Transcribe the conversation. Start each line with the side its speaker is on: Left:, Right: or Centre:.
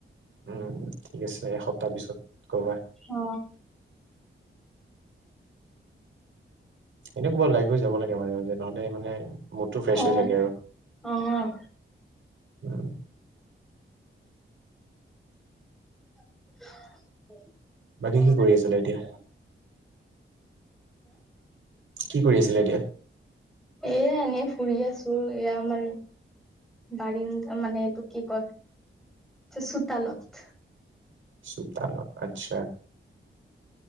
Right: উম, ঠিক আছে এসপ্তাহ পিছত ক'বা
Centre: অ
Right: এনে ক'ৰবাত ওলাইকৈ যাব লাগে মানে যে নহ'লে মানে মুদটো ফ্ৰেছ
Centre: অ',
Right: হৈ থাকে আৰু।
Centre: অ', <unintelligible>
Right: বাকী
Centre: হা
Right: কি কৰি আছিলা এতিয়া? কি কৰি আছিলা এতিয়া?
Centre: এ এনে ফুৰি আছ- ৰ আমাৰ বাৰীন মানে এইটো কি ক চোতাল। <unintelligible>
Right: চুতাল আচ্ছা